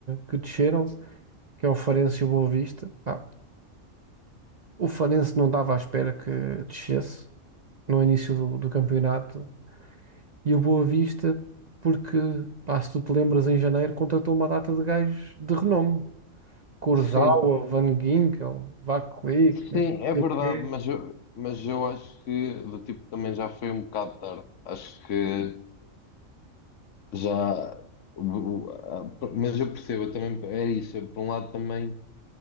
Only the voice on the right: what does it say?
que desceram, que é o Farense e o Boa Vista. Pá, o Farense não estava à espera que descesse no início do, do campeonato e o Boa Vista porque, pá, se tu te lembras, em janeiro contratou uma data de gajos de renome. Kurzawa,
Van Ginkel, Vaclik, não
sei
o quê.